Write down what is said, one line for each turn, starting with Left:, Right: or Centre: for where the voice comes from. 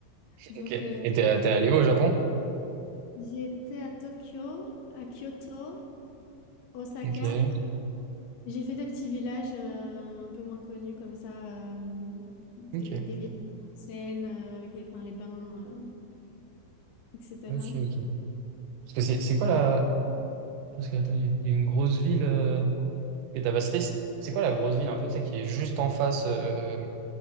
Left: Donc,
Right: Ok.
Left: euh,
Right: Et t'es, t'es allé au Japon?
Left: j'étais à Tokyo, à Kyoto, Osaka.
Right: Ok.
Left: J'ai fait des petits villages euh, un peu moins connus comme ça, euh, des,
Right: Ok.
Left: des villages en scène euh, avec les, enfin, les bains, euh, etc.
Right: Ok, ok. Parce que c'est c'est quoi la. Parce que, attends, il y a il y a une grosse ville euh, que t'as pas citée. C'est c'est quoi la grosse ville un peu, tu sais, qui est juste en face, euh,